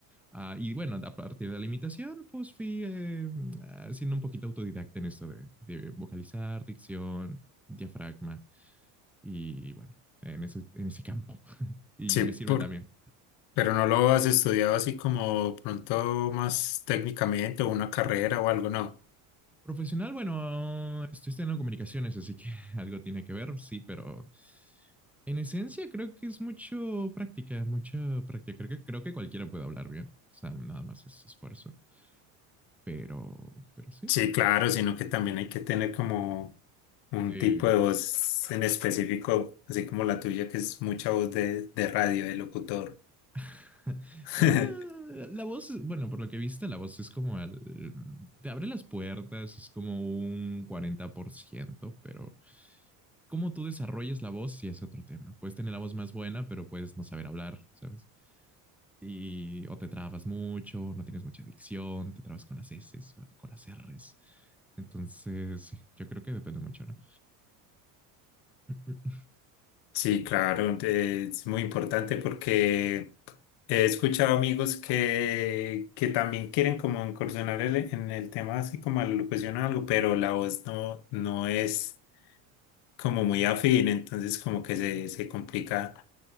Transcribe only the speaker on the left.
Sí,
por,
pero no lo has estudiado así como pronto más técnicamente o una carrera o algo, no.
Sí, claro, sino que también hay que tener como un
tipo de voz en específico, así como la tuya, que es mucha voz de, de radio, de locutor.
<laughs>
Sí, claro, eh, es muy importante porque he escuchado amigos que, que también quieren como incursionar el- en el tema así como a la locución o algo, pero la voz no, no es como muy afín, entonces como que se, se complica